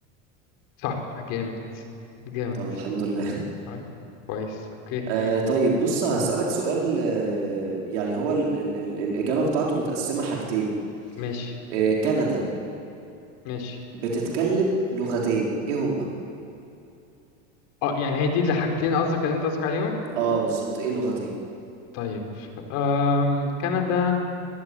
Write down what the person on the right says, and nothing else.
طب الحمد لله
<laughs> آه طيب بص هسألك سؤال آه يعني هو ال ال ال الإجابة بتاعته متقسمة حاجتين
آه كندا
بتتكلم لغتين ايه هما؟
اه بالظبط ايه اللغتين؟